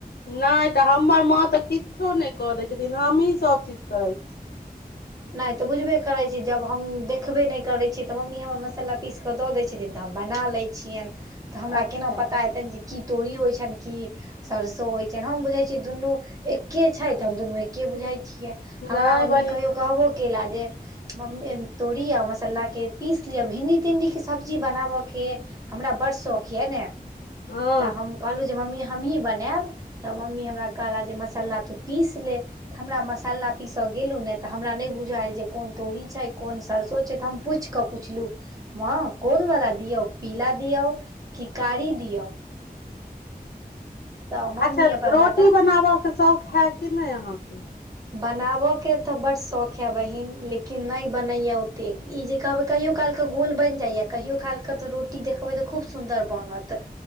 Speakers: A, on the left (about 85°); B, on the right (about 20°).
A: नहि तऽ हमर माँ तऽ किछो नहि कऽ दैत छथिन हमहीँ सभचीज करैत छी
B: नहि तऽ बुझबे करै छी जब हम देखबे नहि करै छियै तऽ मम्मी हमर मसाला पिस क द दैत छथिन तऽ हम बना लै छियनि तँ हमरा
A: अच्छा
B: केना पता हेतै जे की तोरी होइ छनि की सरसो होइ छ हम बुझे छिय दुनू एके छै त हम दुनू एके बुझाय छियै हमरा
A: नहि
B: मम्मी
A: बहिन
B: कहियो कहबो केला जे मम्मी तोड़िऽ मसालाके पीस लिअ भिणडी तिणडीके सब्जी बनाबयके हमरा बड़ शौक यऽ ने
A: हँ
B: तऽ हम कहलहुँ जे मम्मी हमहीँ बनायब त मम्मी हमरा कहला जे मसाला तू पीस ले तऽ हमरा मसाला पीसय गेलहुँ ने तऽ तऽ हमरा नहि बुझय आयल जे कोन तोरी छै कोन सरसो छै तऽ हम पुछि कऽ पुछलहुँ माँ कोनवला दियौ पीला दियऔ कि कारी दिऔ तऽ मम्मी
A: अच्छा
B: अपन
A: रोटी
B: बता
A: बनाबयके शौक ह कि ने अहाँके
B: बनाबय के त बड शौक ये बहिन लेकिन नहि बनय ओते ई जे कहबे कहियो कालके गोल बनि जाइए कहियो काल के त रोटी देखबै त खूब सुन्दर बनत